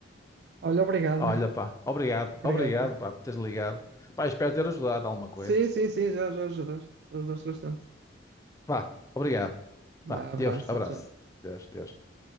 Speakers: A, on the right (about 65°); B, on the left (about 15°).
A: Olha, obrigada
B: Olha, pá,
A: <laughs>
B: obrigado,
A: obrigada
B: obrigado, pá, por teres ligado. Pá, espero ter ajudado alguma coisa.
A: Sim, sim, sim, já, já ajudaste. Já ajudaste bastante.
B: Vá, obrigado.
A: Vá,
B: Vá,
A: abraço,
B: Deus, abraço.
A: tchau, tchau.
B: Deus, Deus.